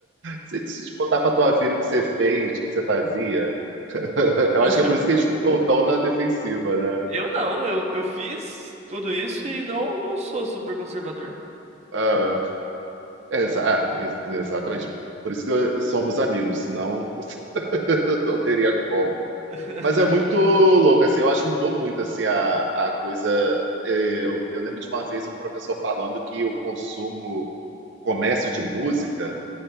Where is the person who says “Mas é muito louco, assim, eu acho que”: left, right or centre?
Right